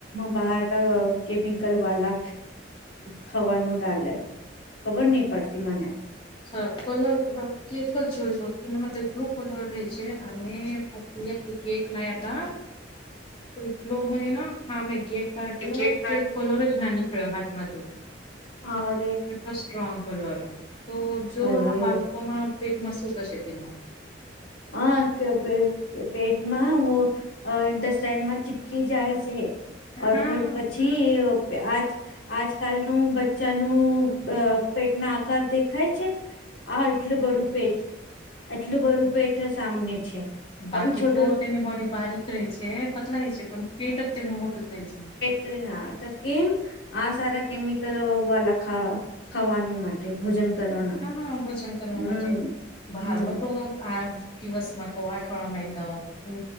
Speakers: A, on the left (about 80°); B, on the left (about 30°).
A: બહાર ક કેમિકલ વાલ અ ખાવાનું <unintelligible> લલે ખબર નહ પડતી મને <unintelligible>
B: સર કલર કેટલ જ જોય શ એના માટે <unintelligible> અમે હતયા થી કેક લાયા તા ત્રીફલો મે હામે. કેક કાટયો
A: કેક
B: તે કલર જ ના નિકળ્યો હાથમાં થી.
A: હા.
B: એટલો સ્ટ્રોંગ કલર તો જો
A: અરે
B: આ બાળકોમાં પેટમાં શું થશે તેમાં
A: હા કે પેટ પેટમાં વો. અ ઇન્ટરસ્ટેન્ડમાં ચીપકી જાય છે, ઔર
B: હા
A: ફિર પછી અ આજ આજકાલનું બચ્ચાનું અ પેટના આકાર દેખાય છે. આ એટલું બડું પેટ એટલું બડું પેટ સામને છે.
B: બાકી
A: આવી છોટો
B: તો તેની બોડી બારીક રે છે પતલાય છે પણ પેટ જ તેનું મોટું થાય છે.
A: તના ત કેમ આ સારા કેમિકલ વાલા ખા ખાવાનું મલે. તે ભોજન. કરવાના
B: હા ભોજન કરવા
A: હમ
B: માટે બહાર
A: હમ
B: તો આજ. દિવસમાં કો આઠવાડમાં એક તો હું